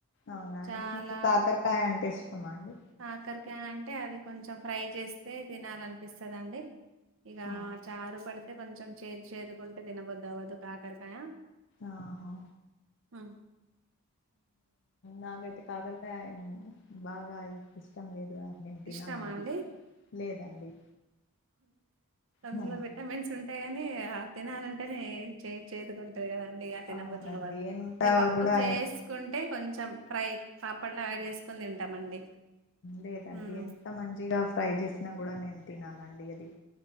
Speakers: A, on the left; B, on the right.
A: అవునా అండి
B: చాలా
A: మీకు కాకరకాయ అంటే ఇష్టమా అండి
B: కాకరకాయ అంటే అది కొంచెం ఫ్రై చేస్తే తినాలనిపిస్తదండి ఇక
A: అవునా
B: చారు పడితే కొంచెం చేదు చేదుగుంటే తినబదువ్వదు కాకరకాయ
A: ఆహా
B: అ
A: నాకైతే కాకరకాయ బాగా ఇష్టం లేదు అది నేను తినను
B: ఇష్టమా
A: అది
B: అండి
A: లేదండి
B: అందులో
A: హ్మ్.
B: విటమిన్స్ ఉంటాయి గాని ఆ తినాలంటేనే చే చేదుకుంటారు కదండి ఇక తినబుద్దవ్వదు
A: అవునండి ఎంత
B: ఇక పప్పు
A: కూడా
B: చేస్
A: ఎన్-
B: క్కుంటే కొంచెం ఫ్రై పాపడలో యాడ్ చేసుకొని తింటామండి
A: లేదండి
B: ఉమ్
A: ఎంత మంచిగా ఫ్రై చేసినా కూడా నేను తిననండి అది